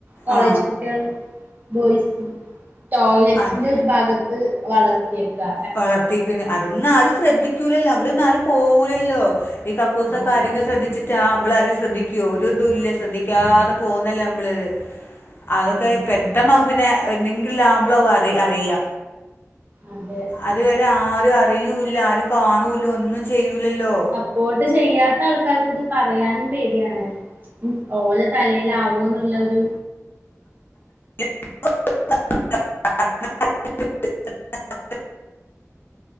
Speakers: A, on the right; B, on the left.
A: കോളേജ്
B: ആ
A: കുട്ടികളും, ബോയ്സും. ടോയ്ലറ്റിന്റെ
B: അത്
A: ഒരു ഭാഗത്ത് വളർത്തി വളർത്തിയേക്കുവാ
B: വളർത്തിയേക്കാണ്. അതൊന്നും ആരും ശ്രദ്ധിക്കൂലല്ലോ. അവിടന്നും ആരു പോകൂലല്ലോ. ഈ കക്കൂസ്
A: ആഹ്
B: ഒക്കെ ആരെങ്കിലും ശ്രദ്ധിച്ചിട്ടാ. നമ്മള് ആരെങ്കിലും ശ്രദ്ധിക്കുവോ. ഒരു ഇതു ഇല്യ ശ്രദ്ധിക്കാതെ
A: ഇല്ല
B: പോകുന്നല്ലേ നമ്മള്. അതൊക്കെ
A: ഉം
B: പെട്ടെന്ന്
A: ഉം
B: ആകുമ്പോ പിന്നെ വീട്ടിൽ ആകുമ്പ <inaudible> അത് അറിയ
A: അതെ
B: അതുവരെ ആരും അറിയൂല്ല. ആരും കാണൂല്ല. ഒന്നും ചെയ്യൂലല്ലോ
A: സപ്പോർട്ട് ചെയ്യാത്ത ആൾക്കാർക്ക് ഇത് പറയാനും പേടിയാണ് ഓല തലേലാവോ എന്നുള്ള ഒരു
B: <inaudible> <unintelligible>